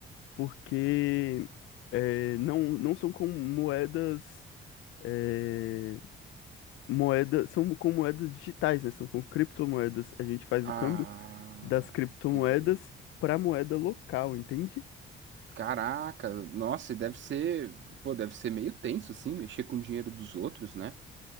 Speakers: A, on the left (about 80°); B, on the right (about 70°).
A: porque eh, não, não são com moedas. eh, moeda, são com moedas digitais, né? São com criptomoedas. A gente faz
B: Ah,
A: o câmbio das criptomoedas
B: entendi.
A: para moeda local, entende?
B: Caraca, nossa, e deve ser, pô, deve ser meio tenso assim, mexer com o dinheiro dos outros, né?